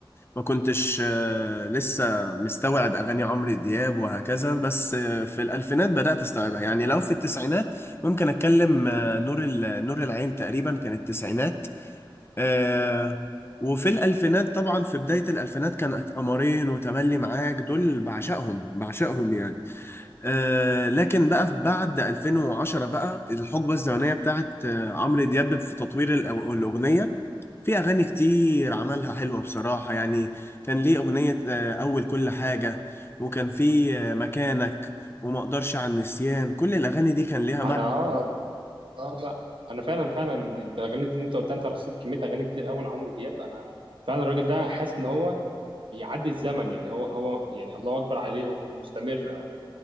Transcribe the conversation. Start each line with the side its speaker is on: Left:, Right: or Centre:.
Left: ما كنتش آه، لسه مستوعب أغاني عمرو دياب وهكذا بس آه، في الألفينات بدأت أستوعبها يعني لو في التسعينات ممكن أتكلم آه، نور ال- نور العين تقريبا كانت التسعينات آه وفي الألفينات طبعا في بداية الألفينات كانت قمرين وتملي معاك دول بعشقهم بعشقهم يعني آه لكن بقى في بعد 2010 بقى الحقبة الزمنية بتاعت آه عمرو دياب في تطوير الأ- الأغنية في أغاني كتير عملها حلوة بصراحة يعني كان ليه أغنية آه أول كل حاجة وكان في آه مكانك وما اقدرش عن النسيان كل الأغاني دي كان ليها
Right: انا
Left: معنى
Right: اه اه لا انا فعلا فعلا انت الاغاني دي انت قلتها انت رصيت كمية اغاني كتير قوي لعمرو دياب انا فعلا الراجل ده حاسس ان هو بيعدي الزمن يعني هو هو يعني الله اكبر عليه هو مستمر